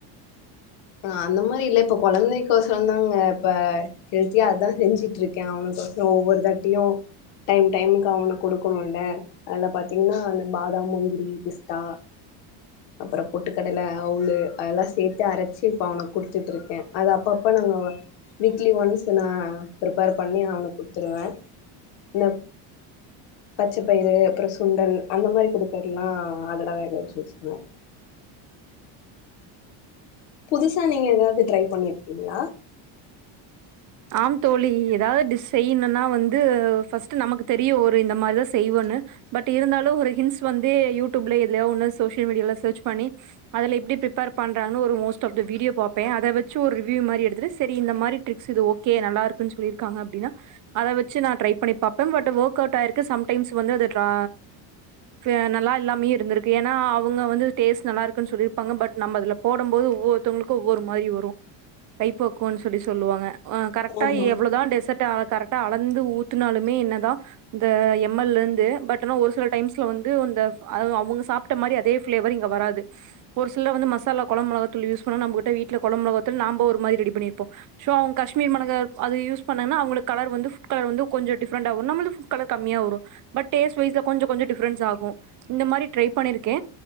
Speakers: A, on the left; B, on the right.
A: ஆ அந்த மாரி இல்ல இப்ப கொழந்தைக்கோசர தாங்க இப்ப ஹெல்த்தியா அதா செஞ்சுட்ருக்கே அவனுக்கொசொ ஒவ்வொரு தாட்டியு டைம் டைமுக்கு அவனுக்கு கொடுக்கணுல அதுல பாத்தீங்கன்னா அந்த பாதாம் முந்திரி பிஸ்தா அப்புறோ பொட்டுக்கடல அவுளு அதெல்லா சேத்து அரச்சு இப்ப அவனுக்கு குடுத்துட்ருக்கே அது அப்பப்ப நாங்க ஒரு வீக்லி ஒன்ஸ் நா ப்ரிப்பேர் பண்ணி அவனுக் குட்த்துருவே இந்த பச்சப்பயிறு அப்புற சுண்டல் அந்த மாரி குடுக்கதுலா அதோட வேக வெச்சு வெச்சுருவே புதுசா நீங்க ஏதாவ்து ட்ரை பண்ணிருக்கீங்களா
B: ஆம் தோழி ஏதாவ்து டிஷ் செய்யணுன்னா வந்து ஃபர்ஸ்ட் நமக்கு தெரியு ஒரு இந்த மாரிதா செய்வோன்னு பட் இருந்தாலு ஒரு ஹின்ஸ் வந்து யூடியூப்ல எதுலயா ஒன்னு சோசியல் மீடியால சர்ச் பண்ணி அதுல எப்டி பிரிபேர் பண்றாங்கனு ஒரு மோஸ்ட் ஆஃப் த வீடியோ பாப்பே அத வெச்சு ஒரு ரிவியூ மாரி எடுத்துட்டு சரி இந்த மாரி ட்ரிக்ஸ் இது ஓ கே நல்லா இருக்குன்னு சொல்லிருக்காங்க அப்டின்னா அத வச்சு நா ட்ரை பண்ணி பாப்ப பட் ஓர்க் அவுட் ஆயிருக்கு சம்டைம்ஸா வந்து அது ட்ரா சில நல்லா இல்லாமேயு இருந்திருக்கு ஏன்னா அவுங்க வந்து டேஸ்ட் நல்லா இருக்குன்னு சொல்லிருப்பாங்க பட் நம்ம அதுல போடும் போது ஒவ்வொருத்தவுங்களுக்கூ ஒவ்வொரு மாதிரி வரு கைப்பக்குவோன்னு சொல்லி சொல்லுவாங்க ஆ கரெக்டா
A: ஆமா
B: எவ்ளதான் டெசட்டால கரெக்டா அலந்து ஊத்துனாலுமே என்னதா இந்த எம் எல்லந்து பட் ஆனா ஒரு சில டைம்ஸ்ல வந்து அவுங்க சாப் ட்ட மாரி அதே ஃபிளவர் இங்க வராது ஒரு சில வந்து மசாலா கொழம்பு மெளகாத்தூள் யூஸ் பண்ணா நம்ப கிட்ட வீட்ல கொழம்பு மெலகாதூள் நாம்ப ஒருமாரி ரெடி பண்ணிருப்போ ஷோ அவ்ங் கஷ்மீர் மொளகா அது யூஸ் பண்ணாங்கன அவுங்களுக்கு கலர் வந்து ஃபுட்கலர் வந்து கொஞ்ச டிஃப்ரெண்டா வரும் நம்மளுக்கு ஃபுட் கலர் கம்மியா வரும் பட் டேஸ்ட் வைஸ்ல கொஞ்சொ கொஞ்சொ டி ஃப்ரன்ஸ் ஆகூ இந்த மாரி ட்ரை பண்ணிருக்கே